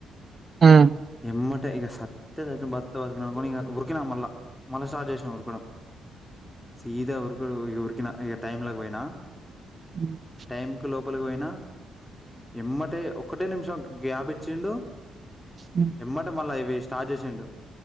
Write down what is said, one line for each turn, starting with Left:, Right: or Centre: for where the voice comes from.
Right: హ్మ్.
Centre: ఎమ అంటే ఇక సతే స బర్త బతికిన అనుకని ఇక ఉరికినా మళ్ళా మళ్ళా స్టార్ట్ చేసినా ఉరకడం సీదా ఉరుకుడు ఉరికినా టైం లోకి పోయినా
Right: హ్మ్.
Centre: టైమ్ కి లో ప్ బొలి పోయినా ఎమ్మటే ఒక్కటే నిమిషం గ్యాప్ ఇచ్చిండు
Right: హ్మ్.
Centre: ఎమ్ట మలా అయివి స్టార్ట్ చేసేం